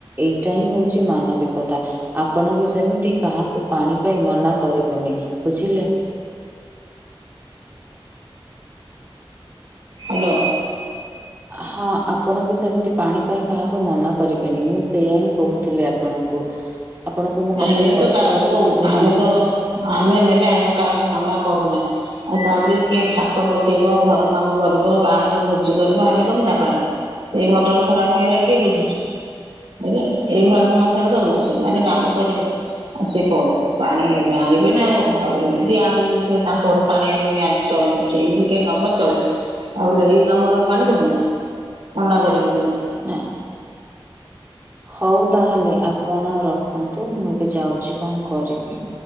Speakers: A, on the right; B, on the right.
A: ଏଇଟା ହିଁ ହଉଚି ମାନବିକତା। ଆପଣ ବି ସେମିତି କାହାକୁ ପାଣି ପାଇଁ ମନା କରିବେନି ବୁଝିଲେ।
B: ହାଲୋ।
A: ହଁ ଆପଣ ବି ସେମିତି ପାଣି ପାଇଁ କାହାକୁ ମନା କରିବେନି ମୁଁ ସେଇୟା ହିଁ କହୁଥିଲି ଆ ଆପଣଙ୍କୁ ଆପଣଙ୍କୁ ମୋ
B: ଆମେ
A: କଥା ସ୍ପଷ୍ଟ
B: ତ କାହାକୁ
A: ଭାବରେ ଶୁଭୁ
B: ଆମେ
A: ନାହିଁ।
B: ତ ଆମେ ନେଲେ ଆମେ କାହାକୁ ମନା କରୁନା। ଆଉ ତା ବୋଲି କିଏ ଛାତ ପକେଇବ ଘର କାମ କରିବ ବାହାଘର ଭୋଜି କରିବ ଆମେ ଦବୁ ନା ପାଣି ଏଇ ମଟର ଖରାପ୍ ହେଇଗଲା କିଏ ବୁଝୁଚି ହେଲେ ଏଇଭଳିଆ ସମସ୍ୟାରେ ଦଉନି ସେମାନେ କାମ କରିବେ ଆଉ ସିଏ ପ-ପାଣି ଆଣିବେ ନା ଆଉ। ଆଉ ଏମିତି ଆମେ ଯେମିତି ତାଙ୍କ ଘରୁ ପାଣି ଆଣିନୁ ଆଜି ଚଳୁଲୁ ସେ ଏମିତି କିଏ ନବ ଚଳି ତା ବୋଲି ଏଇ କାମର ପାଣି ଦବୁ ନା ମନା କରିବୁନି ବୋଲି।
A: ନାଇଁ। ହଉ ତାହାଲେ ଆପଣ ରଖନ୍ତୁ ମୁଁ ଏବେ ଯାଉଚି କଣ୍ କରିବି।